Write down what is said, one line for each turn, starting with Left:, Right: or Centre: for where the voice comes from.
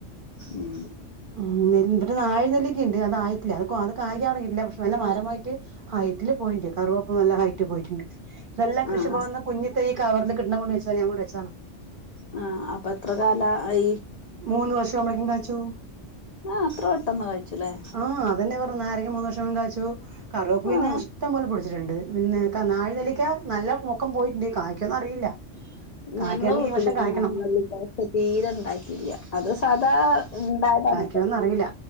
Left: ഉം
Right: ഉം ഇവിടെ നാഴി നെല്ലിക്കണ്ട് അത് ആയി അ അത് കായികയാണല്ല പക്ഷെ നല്ല മരമായിട്ട് ഹൈറ്റില് പോയിണ്ട് കറവപ്പം നല്ല ഹൈറ്റിൽ പോയിട്ടുണ്ട് എല്ലാം
Left: ആഹ്
Right: കൃഷിഭവനിന്ന് കുഞ്ഞി തൈ കവറിൽ കിട്ടണെ കൊണ്ട് വെച്ചാ മതി ഞാൻ കൊണ്ട് വെച്ചാണ്
Left: ആ അപ്പൊ എത്ര കാലായി
Right: മൂന്ന് വർഷാവുമ്പോഴേക്കും കായ്ക്കും
Left: ആ അത്ര പെട്ടെന്ന് കഴിച്ച്ല്ലേ
Right: ആഹ് അതന്നെ പറഞ്ഞേ നാരങ്ങ മൂന്ന് പ്രാശ്യം കായിച്ചു കറിവേപ്പ് പിന്നെ
Left: ആഹ്
Right: ഇഷ്ടം പോലെ ണ്ട് പിന്നെ നാഴി നെല്ലിക്ക നല്ല മുക്കം പോയിട്ടുണ്ട് കായ്ക്കോന്ന് അറിയില്ല കായ്ക്കയാണെങ്കിൽ
Left: ഞങ്ങളെ വീട്ടിലൊന്നുല്ല
Right: ഈ വർഷം കായ്ക്കണം
Left: തീരെ ഉണ്ടാക്കില്ല അത് സാദാ ഉണ്ടായതാണ്
Right: പറ്റോഅറിയില്ല